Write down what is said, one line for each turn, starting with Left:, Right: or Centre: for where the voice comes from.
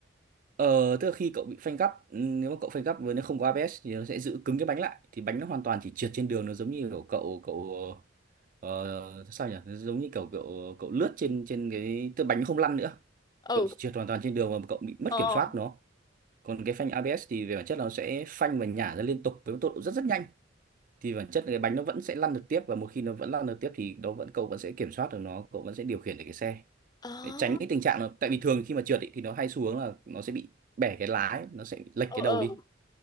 Right: Ờ, tức là khi cậu bị phanh gấp, nếu mà cậu phanh gấp với nó không có ABS thì nó sẽ giữ cứng cái bánh lại, thì bánh nó hoàn toàn chỉ trượt trên đường, nó giống như kiểu cậu cậu ờ, sao nhỉ, nó giống như kiểu cậu cậu lướt trên trên cái tức là bánh nó không lăn nữa,
Left: ừ
Right: cậu chỉ trượt hoàn toàn trên đường và cậu bị mất
Left: ờ
Right: kiểm soát nó. Còn cái phanh ABS thì về bản chất là nó sẽ phanh và nhả ra liên tục với một tốc độ rất rất nhanh, thì bản chất là cái bánh nó vẫn sẽ lăn được tiếp và một khi nó vẫn lăn được tiếp thì nó vẫn cậu vẫn sẽ kiểm soát được nó, cậu vẫn sẽ điều khiển được cái xe
Left: ờ
Right: để tránh cái tình trạng là tại vì thường khi mà trượt ý, thì nó hay xu hướng là nó sẽ bị bẻ cái lái nó sẽ bị lệch
Left: ờ
Right: cái
Left: ờ
Right: đầu đi